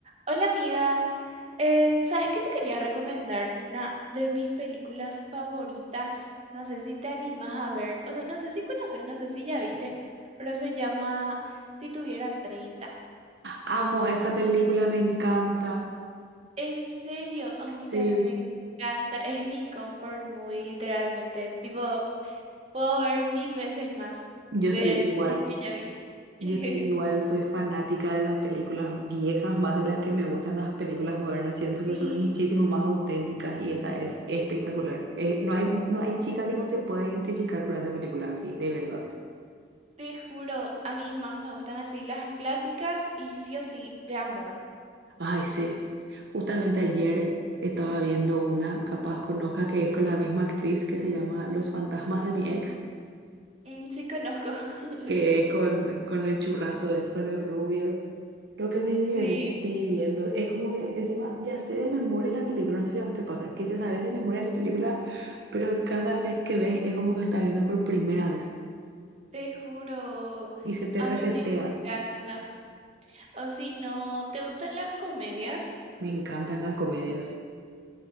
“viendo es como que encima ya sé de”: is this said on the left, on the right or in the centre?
Right